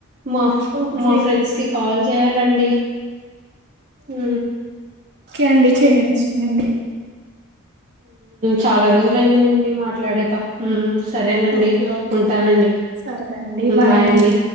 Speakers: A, on the right; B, on the right.
A: మా
B: ఓకే
A: మా ఫ్రెండ్స్ కి కాల్ చేయాలండి అ
B: ఓకే అండి చేయండి చెయండి
A: చాలా రోజులుయింది మాట్లాడక సరేనండి
B: ఓకే ఓకే
A: ఉంటానండి
B: సరే అండి బాయ్
A: బాయండి
B: అండి